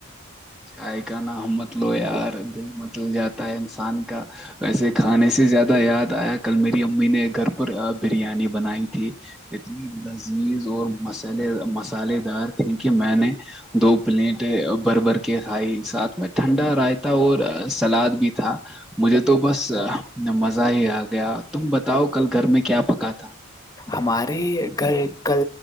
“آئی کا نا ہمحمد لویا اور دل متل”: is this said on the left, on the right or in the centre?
Centre